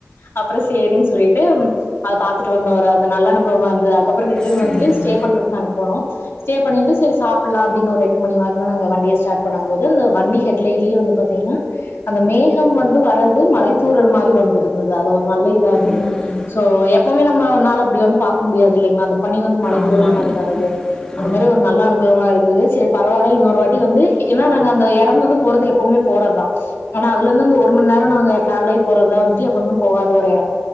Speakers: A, on the left (about 75°); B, on the left (about 20°).
A: அப்றோ சேரின் சொல்லிட்டு அது பாத்துட்டு வந்தோ ஒரு அது நல்ல அனுபவமா இருந்துது அதுக்கப்றோ ரிட்டன்
B: சேரிங்க
A: வந்துட்டு ஸ்டே பண்றக்கு நாங்க போனோ ஸ்டே பண்ணிட்டு செரி சாப்புட்லா ன்னு ஒரு எட்டு மணி வாக்குல நாங்க வண்டிய ஸ்டாட் பண்ணும் போது இந்த வண்டி ஹெட் லைட்லயு வந்து பாத்தீங்கன்னா அந்த மேகம் வந்து வர்றது மழை தூறல் மாரி வந்திருந்தது அது ஒரு நல்ல இதா இருந்தது
B: ம்
A: சோ எப்பமே நம்ம ஒன்னால அப்டி வந்து பாக்க முடியாது இல்லைங்கலா அந்த பனி வந்து மழை
B: ஆமாம்
A: தூறல் மாரி வர்றது அந்த
B: ஆ
A: மாரி ஒரு நல்ல அனுபவமா இருந்தது செரி பரவால்ல இன்னொரு வாட்டி வந்து ஏன்னா நாங்க அந்த எடம் வந்து போறது எப்பவுமே போறதுதா ஆனா அதுலர்ந்து அந்த ஒரு மண்நேரோ நாங்க ட்ரவல் ஆயி போறதுதா வந்துட்டு எப்பவுமே போகாத ஒரு எடம்